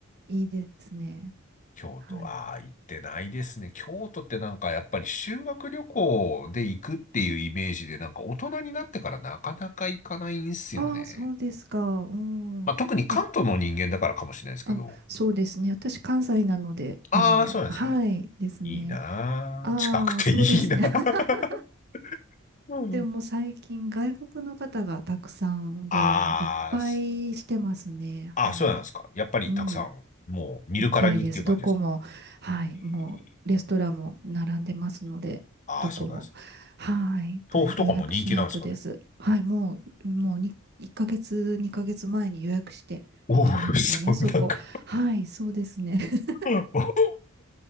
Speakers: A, on the right; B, on the left.
A: いいですね。
B: 京都、
A: はい。
B: ああ、行ってないですね。京都ってなんかやっぱり修学旅行で行くっていうイメージで、なんか大人になってからなかなか行かないんすよね。
A: ああ、そうですか。うん。
B: まあ、特に関東の人間だからかもしれないですけど。
A: あ、あ、そうですね。私、関西なので、
B: ああ、
A: あの、
B: そうなんですね。
A: はいですね。
B: いいなあ近くていいなあ
A: ああ、そうですね。<laughs>
B: <laughs> うん
A: でも最近外国の方がたくさんでもういっぱいしてますね。
B: あーすあー、
A: はい。
B: そうなんですか。やっぱりたくさん、
A: うん。
B: もう見るからにっていう感じですか。
A: いっぱいです。どこも、はい。
B: えー
A: もうレストランも並んでますので、
B: ああ、
A: どこも。
B: そうなんです。
A: はい。大予約しないとです。
B: 豆腐とかも人気なんですかね。
A: はい。もう、もうに1ヶ月、2ヶ月前に予約して行きましたね、
B: おお、そんなか。
A: そこ。はい。そうですね。<laughs>
B: <laughs>